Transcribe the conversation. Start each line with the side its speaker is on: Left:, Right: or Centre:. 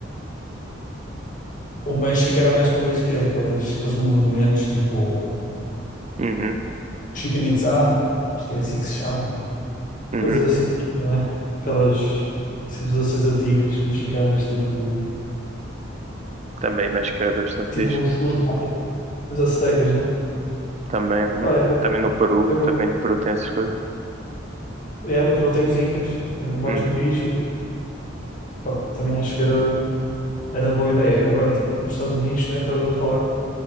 Left: O México era mais para ver o que é, aqueles, aqueles monumentos tipo
Right: Uhum,
Left: Chichen Itzá, acho que é assim que se chama.
Right: uhum.
Left: coisas assim, não é? Aquelas civilizações antigas, mexicanas, tipo.
Right: Também México era bastante
Left: Tipo
Right: fixe.
Left: os, os maias aztecas, né?
Right: Também, uhum.
Left: Pá, é bom.
Right: Também no Peru,
Left: É bom.
Right: também no Peru tem essas coisas.
Left: É, no Peru tem os Incas, tem o Machu
Right: Uhum,
Left: Picchu. Pá, também acho que era, era boa ideia. Agora, tipo, os Estados Unidos, né? Que estavas a falar.